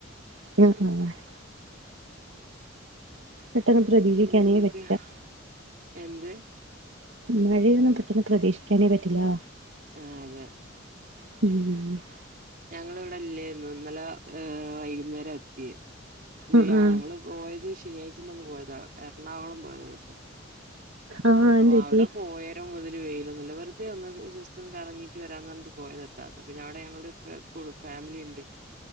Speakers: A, on the right; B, on the right.
A: <unintelligible>
B: <inaudible>
A: പെട്ടെന്ന് പ്രതീക്ഷിക്കാനെ
B: പിന്നെ എന്തൊക്കെയാ
A: പറ്റില്ല
B: എന്ത്
A: മഴയൊന്നും പെട്ടെന്ന് പ്രതീക്ഷിക്കാനേ പറ്റില്ലാ
B: ആഹ് അതെ
A: ഉം
B: ഞങ്ങള് ഇവിടെ ഇല്ലാരുന്നു ഇന്നലെ വൈകുന്നേരാ എത്തിയെ <unintelligible>
A: ഉം ഉം
B: ഞങ്ങള് പോയത് ശനിയാഴ്ചന്റെന്ന് പോയതാ എറണാകുളം പോയതായിരുന്നു
A: ആഹ്
B: അപ്പൊ
A: എന്ത് പറ്റി
B: അവിടെ പോയ മുതല് വെയിലൊന്നും ഇല്ല വെറുതെ ഒന്ന് ഒരു ജെസ്റ്റ് ഒന്ന് കറങ്ങിട്ട് വരാന്ന് പറഞ്ഞിട്ട് പോയതാ താത്ത പിന്നെ അവിടെ ഞങ്ങളരു <unintelligible> ഫാമിലി ഉണ്ട്